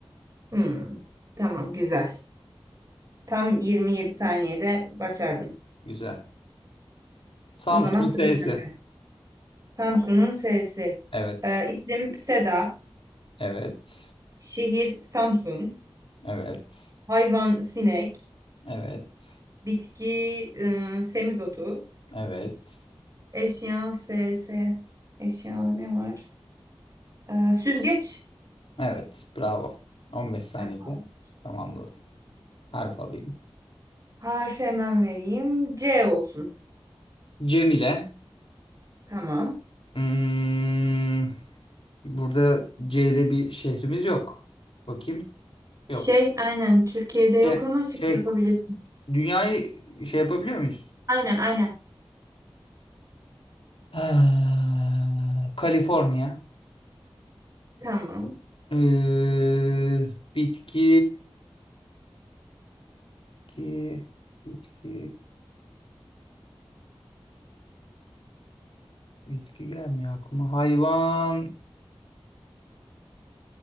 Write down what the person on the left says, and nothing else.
Güzel. Samsun'un
S'si.
Evet.
Evet.
Evet.
Evet.
Evet.
Evet. Bravo. 15 saniyede
tamamladım. Harf alayım.
Cemile.
Hmm, burada C ile bir şehrimiz yok. Bakayım.
Yok.
Şey,
şey,
dünyayı şey yapabiliyor muyuz?
Ah, Kaliforniya.
Ee, bitki, bitki, bitki, bitki gelmiyor aklıma. Hayvan.